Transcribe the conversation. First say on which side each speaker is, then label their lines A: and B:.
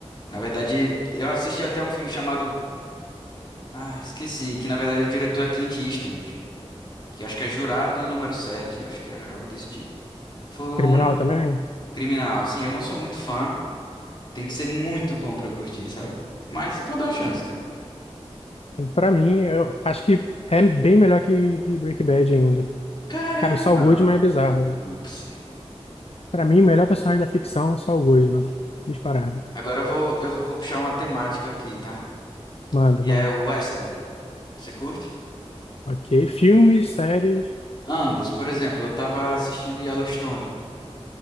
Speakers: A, on the left (about 45°); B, on the left (about 65°).
A: Na verdade, eu assisti até um filme chamado... Ah, esqueci, que na verdade o diretor é Clint Eastwood. que acho que é jurado número 7, acho que é algo desse tipo. Foi o
B: criminal
A: único
B: também.
A: criminal, sim. eu não sou muito fã, tem que ser muito bom pra eu curtir, sabe? Mas você pode dar uma chance, cara.
B: Pra mim, eu acho que é bem melhor que que Breaking Bad ainda.
A: Caraca,
B: Cara, o Saul
A: não,
B: Goodman é bizarro.
A: não é possível.
B: Pra mim, o melhor personagem da ficção, Saul Goodman. Disparado.
A: Agora eu vou, eu vou puxar uma temática aqui, tá?
B: Manda,
A: Que
B: manda.
A: é o western. Você curte?
B: Ok. Filmes, séries.
A: Ambos, por exemplo, eu tava assistindo Yellowstone.